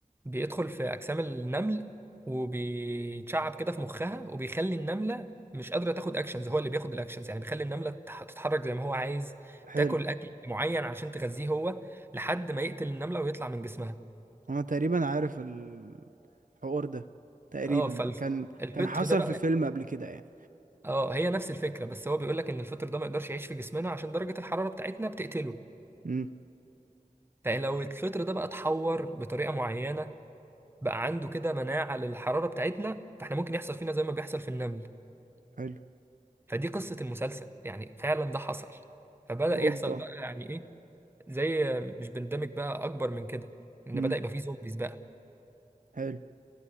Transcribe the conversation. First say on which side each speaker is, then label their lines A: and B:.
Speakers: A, on the right; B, on the right.
A: بيدخل في اجسام النمل وبيتشعب كده في مخها وبيخلي النمله مش قادره تاخد اكشنز هو اللي بياخد الاكشنز يعني بيخلي النمله تتح- تتحرك زي ما هو عايز
B: حلو
A: تاكل اكل معين علشان تغذيه هو لحد ما يقتل النمله ويطلع من جسمها
B: انا تقريبا عارف الحوار ده تقريبا
A: اه
B: كان
A: فالفطر
B: كان حصل
A: ده بقى
B: في فيلم قبل كده يعني
A: اه هي نفس الفكره بس هو بيقول لك ان الفطر ده ما يقدرش يعيش في جسمنا عشان درجه الحراره بتاعتنا بتقتله
B: مم.
A: فلو الفطر ده بقى اتحور بطريقه معينه بقى عنده كده مناعة للحرارة بتاعتنا فاحنا ممكن يحصل فينا زي ما بيحصل في النمل
B: حلو
A: فدي قصة المسلسل يعني فعلا ده حصل فبدأ
B: اوبا
A: يحصل بقى يعني ايه زي مش بندمج بقى اكبر من كده ان
B: مم.
A: بدأ يبقى فيه زومبيز بقى
B: حلو